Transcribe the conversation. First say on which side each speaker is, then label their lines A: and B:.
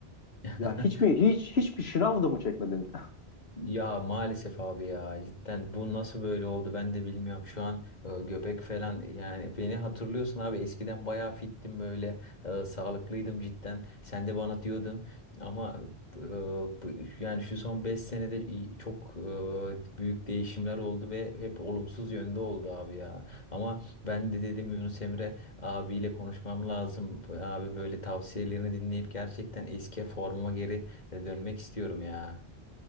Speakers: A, on the left; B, on the left.
A: <laughs>
B: Ya hiç mi hiç hiçbir şınav da mı çekmedin?
A: Ya maalesef abi ya cidden bu nasıl böyle oldu ben de bilmiyorum. Şu an e, göbek falan yani beni hatırlıyorsun abi eskiden bayağı fittim böyle e, sağlıklıydım cidden. Sen de bana diyordun ama e, bu- yani şu son 5 senede i- çok e, büyük değişimler oldu ve hep olumsuz yönde oldu abi ya. Ama ben de dedim Yunus Emre abiyle konuşmam lazım. Abi böyle tavsiyelerini dinleyip gerçekten eski formuma geri e, dönmek istiyorum ya.